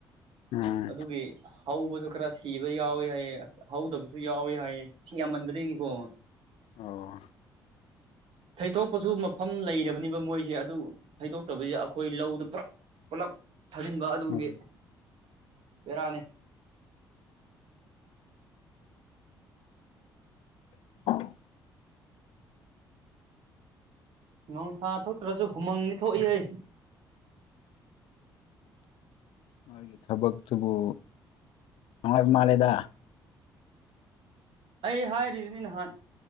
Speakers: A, on the left; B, on the right.
A: ꯎꯝ
B: ꯑꯗꯨꯒꯤ ꯍꯧꯕꯖꯨ ꯈꯔ ꯁꯤꯕ ꯌꯥꯎꯏ ꯍꯥꯏꯌꯦ ꯑꯁ ꯍꯧꯗꯕꯁꯨ ꯌꯥꯎꯏ ꯍꯥꯏꯌꯦ ꯏꯁꯤꯡ ꯌꯥꯝꯃꯟꯕꯗꯒꯤꯅꯤꯀꯣ
A: ꯑꯣ
B: ꯊꯩꯗꯣꯛꯄꯁꯨ ꯃꯐꯝ ꯂꯩꯔꯕꯅꯤꯕ ꯃꯣꯏꯁꯦ ꯑꯗꯨ ꯊꯩꯗꯣꯛꯇꯕꯩ ꯌꯥ ꯑꯈꯣꯏ ꯂꯧꯗ ꯄꯨꯂꯞ ꯄꯨꯂꯞ ꯊꯥꯖꯤꯟꯕ ꯑꯗꯨꯒꯤ
A: ꯎꯝ
B: ꯕꯦꯔꯥꯅꯦ
A: <inaudible>
B: ꯅꯣꯡꯁꯥ ꯊꯣꯛꯇ꯭ꯔꯁꯨ ꯍꯨꯃꯪꯅꯤ ꯊꯣꯛꯏ ꯍꯩ
A: ꯃꯥꯒꯤ ꯊꯕꯛꯇꯨꯕꯨ ꯅꯨꯡꯉꯥꯏꯕ ꯃꯥꯜꯂꯦꯗ
B: ꯑꯩ ꯍꯥꯏꯔꯤꯖꯤꯅꯤ ꯅꯍꯥꯟ